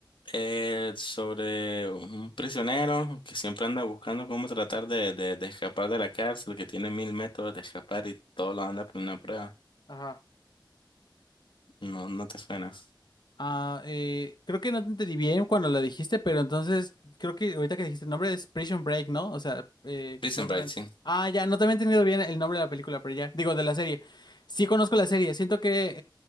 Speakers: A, on the left; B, on the left.
A: Eh, sobre un prisionero que siempre anda buscando cómo tratar de, de, de escapar de la cárcel, que tiene mil métodos de escapar y todo lo anda por una prueba.
B: Ajá.
A: No, no te suena.
B: Ah, eh, creo que no te entendí bien cuando la dijiste, pero entonces creo que ahorita que dijiste el nombre es Prison Break, ¿no? O sea, eh, creo
A: Prison
B: que no te
A: Break,
B: habían-
A: sí.
B: Ah, ya, no te había entendido bien el nombre de la película, pero ya, digo, de la serie. Sí conozco la serie, siento que,